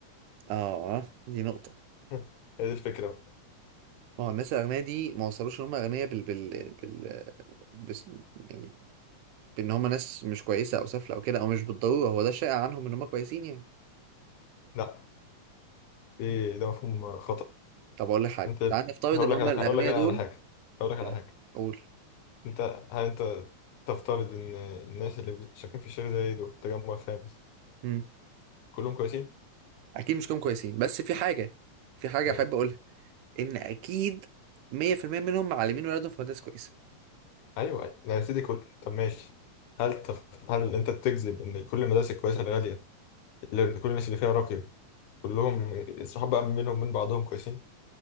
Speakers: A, on the right; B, on the left.
A: اه دي نقطه
B: <laughs> هي دي الفكره بقى.
A: ما هو الناس الأغنياء دي ما وصلوش إن هم أغنياء بال بال بال بس يعني ان هم ناس مش كويسه او سافله او كده او مش بالضروره هو ده شائع عنهم ان هم كويسين يعني
B: لا ايه ده مفهوم خطأ
A: طب اقول لك حاجه
B: انت
A: تعال نفترض
B: هقول
A: ان هم
B: لك على-
A: الاغنياء
B: هقول لك أنا
A: دول
B: على حاجه هقول لك
A: لا
B: على حاجه
A: اقول
B: انت هل انت تفترض ان الناس اللي شاكين في الشيخ زايد وفي التجمع الخامس
A: امم
B: كلهم كويسين؟
A: اكيد مش كلهم كويسين بس في حاجه في حاجه
B: ايه
A: احب اقولها ان اكيد 100% منهم معلمين ولادهم في مدارس كويسه
B: ايوه لا يا سيدي كل طب ماشي هل تف... هل انت بتجزم ان كل المدارس الكويسه الغاليه اللي كل الناس اللي فيها راقي كلهم الصحاب بقى منهم من بعضهم كويسين؟